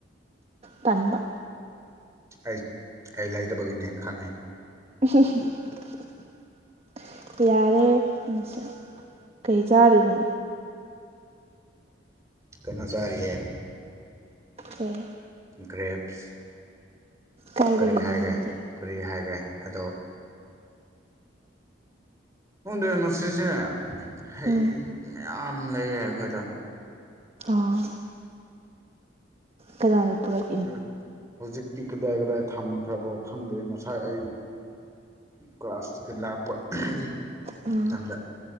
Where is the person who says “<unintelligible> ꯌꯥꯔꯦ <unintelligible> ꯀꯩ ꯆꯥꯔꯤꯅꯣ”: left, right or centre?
Right